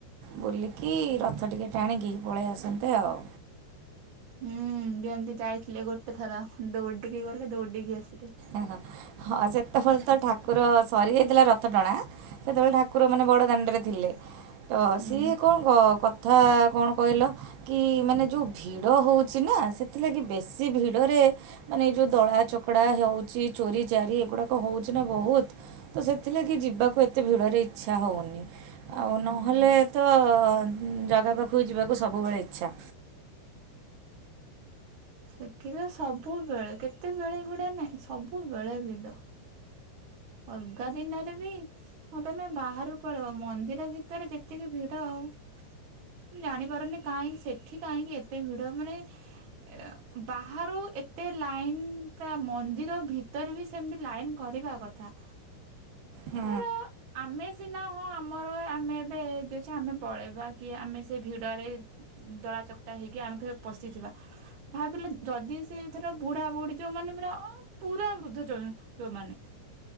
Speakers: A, on the right; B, on the right.
A: ବୁଲିକି ରଥ ଟିକେ ଟାଣିକି ପଳେଇ ଆସନ୍ତେ ଆଉ।
B: ହୁଁ ଯେମିତି ଯାଇଥିଲେ ଗୋଟେ ଥର ଦୌଡିକି ଗଲେ ଦୌଡିକି ଆସିଲେ।
A: ହଁ ସେତେବେଳେ ତ ଠାକୁର ସରି ଯାଇଥିଲା ରଥ ଟଣା। ସେତେବେଳେ ଠାକୁର ମାନେ ବଡ ଦାଣ୍ଡରେ ଥିଲେ। ତ
B: ହୁଁ
A: ସିଏ କଣ କ କଥା କଣ କହିଲ କି ମାନେ ଯଉ ଭିଡ଼ ହେଉଚି ନା ସେଥିଲାଗି ବେଶୀ ଭିଡ଼ରେ ମାନେ ଏଇ ଯଉ ଦଳା ଚକଡା ହଉଚି ଚୋରି ଚାରି ଏଗୁଡାକ ହଉଚି ନା ବହୁତ ତ ସେଥିଲାଗି ଯିବାକୁ ଏତେ ଭିଡ଼ରେ ଇଚ୍ଛା ହଉନି। ଆଉ
B: ହଁ।
A: ନହେଲେ ତ ଜାଗା ପାଖକୁ ଯିବାକୁ ସବୁବେଳେ ଇଚ୍ଛା।
B: ସେଠି ତ ସବୁବେଳେ କେତେବେେଳେ ଗୁଡା ନାଇଁ ସବୁବେଳେ ଭିଡ। ଅଲଗା ଦିନରେ ବି ହଁ ତମେ ବାହାରୁ ପଳେଇବ ମନ୍ଦିର ଭିତରେ ଯେତିକି ଭିଡ ଆଉ ମୁଁ ଜାଣିପାରୁନି କାହିଁକି ସେଠି କାହିଁକି ଏତେ ଭିଡ ମାନେ ଏ ବାହାରୁ ଏତେ ଲାଇନ ତା ମନ୍ଦିର ଭିତରେ ବି ସେମିତି ଲାଇନ କରିବା କଥା।
A: ହୁଁ।
B: ଧର ଆମେ ସିନା ହ ଆମର ଆମେ ଏବେ ଯେ ଅଛି ଆମେ ପଳେଇବା କି ଆମେ ସେ ଭିଡରେ ଦଳା ଚକଟା ହେଇକି ଆମେ ଫେର୍ ପଶିଯିବା। ଭାବିଲ ଯଦି ସେ ଏଥର ବୁଢା ବୁଢି ଯୋଉ ମାନେ ପୁରା ଅ ପୁରା ବୃଦ୍ଧ ଯୋ ଯୋଉମାନେ।